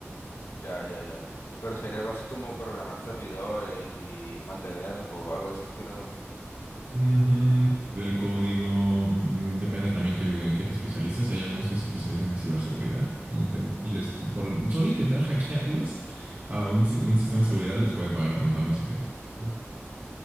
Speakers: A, on the left; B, on the right.
A: ya, ya, ya. Pero sería algo así como programar servidores y mantenerlos o algo de ese estilo, ¿no?
B: Ujú, Ver el código, mm, depende también que, en qué te especialices. Hay algunos que se especializan en ciberseguridad inten- y les por solo intentar <laughs> hackearlos a un, si- un sistema de seguridad les pueden pagar un montón, así que eh,